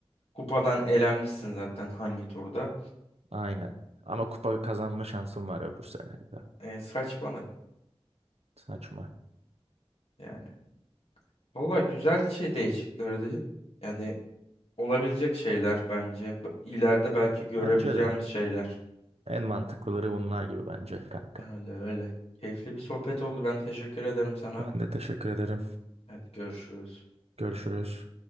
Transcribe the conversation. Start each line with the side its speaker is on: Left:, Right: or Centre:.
Left: Kupadan elenmişsin zaten hangi turda.
Right: Aynen. Ama kupa kazanma şansım var öbür sene de.
Left: E, saçmalık
Right: Saçma.
Left: yani. Valla güzel şey değişiklerdi. Yani olabilecek şeyler bence. B- İleride belki görebileceğimiz
Right: Bence de
Left: şeyler.
Right: en mantıklıları bunlar gibi bence kanka.
Left: Öyle öyle. Keyifli bir sohbet oldu. Ben teşekkür ederim sana.
Right: Ben de teşekkür ederim.
Left: Hadi görüşürüz.
Right: Görüşürüz.